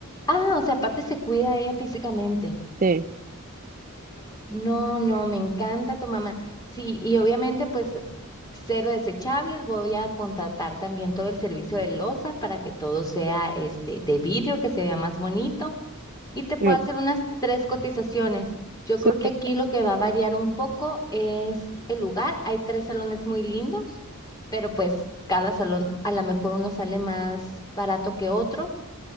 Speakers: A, on the left (about 15°); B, on the right (about 40°).
A: Ah, o sea, aparte se cuida ella físicamente.
B: Sí,
A: No, no, me encanta tu mamá. Sí, y obviamente pues cero desechables, voy a contratar también todo el servicio de loza para que todo sea este de vidrio, que se vea más bonito y te puedo
B: no,
A: hacer unas tres cotizaciones. Yo
B: súper.
A: creo que aquí lo que va a variar un poco es el lugar. Hay tres salones muy lindos, pero pues cada salón a lo mejor uno sale más barato que otro.